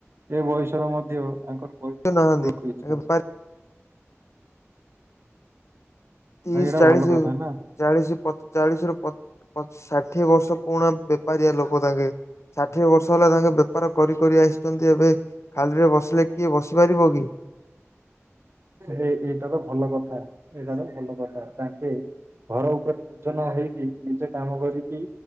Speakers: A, on the right (about 55°); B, on the left (about 70°).
A: ଏ ବୟସର ମଧ୍ୟ ତାଙ୍କର ପରିଶ୍ରମ
B: <unintelligible>
A: କରିବାକୁ ଇଚ୍ଛା
B: ତିଶ
A: ଭାଇ ଏଇଟା
B: ଚାଳିଶ
A: ଭଲ କଥା ନା।
B: ଚାଳିଶ ଚାଳିଶ ର ଷାଠିଏ ବର୍ଷ ପୁରୁଣା ବେପାରିଆ ଲୋକ ତାଙ୍କେ ଷାଠିଏ ବର୍ଷ ହେଲା ତାଙ୍କ ବେପାର କରି କରି ଆସିଛନ୍ତି ଏବେ। ଖାଲିରେ ବସିଲେ କିଏ ବସି ପାରିବ କି?
A: ଭାଇ ଏଇଟାର ଭଲ କଥା ଏଇଟାର ଭଲ କଥା ତାଙ୍କେ ଘର ଉପରେ ଝ ନହେଇକି ନିଜେ କାମ କରିକି